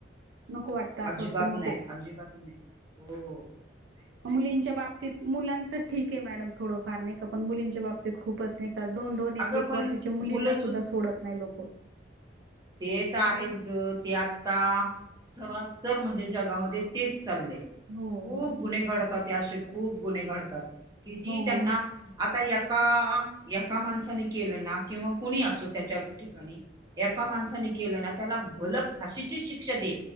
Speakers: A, on the right; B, on the right.
A: नको वाटतं. असं
B: अजिबांत
A: वाटतं नको
B: नाही अजिबांत नाही हों.
A: मुलींच्या बाबतीत मुलांच ठीक आहे, मॅडम थोडंफार नाही कां पण मुलींच्या बाबतीत खूपंच असं नाही. दोंन-दोनं,
B: अगं
A: ऐकं-ऐकं
B: पण
A: वर्षाच्या मुलींना
B: मुलं
A: सुद्धां सोडत नाही लोकं. -
B: तेअ तर् आहेच गं ते आतां सरासर म्हणजे जगामध्ये तेचं चाललंय्.
A: हो
B: खूंप गुन्हे घडतातं. याशि खूपं गुन्हे घडतात अ कितीअ
A: हो
B: त्यांनां. आतां ऐकाअ-ऐकाअ माणसाने केलं नां किंवा कुणी असो त्यांच्या ठिकाणी. एका माणसानी केलं नां, त्याला भल फाशीची शिक्षा दे